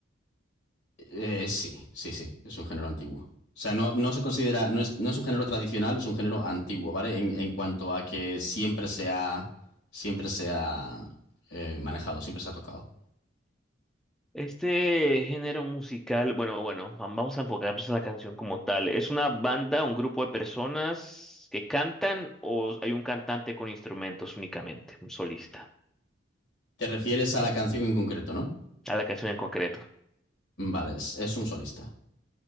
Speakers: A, on the left; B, in the centre.
A: Eh, sí, sí, sí. Es un género antiguo. O sea, no, no se considera, no es, no es un género tradicional, es un género antiguo, ¿vale? En, en cuanto a que siempre se ha, siempre se ha eh, manejado, siempre se ha tocado.
B: Este género musical, bueno, bueno, vam- vamos a enfocarnos en la canción como tal. ¿Es una banda, un grupo de personas que cantan o hay un cantante con instrumentos únicamente, un solista?
A: ¿Te refieres a la canción en concreto, no?
B: A la canción en concreto.
A: Vale, es es un solista.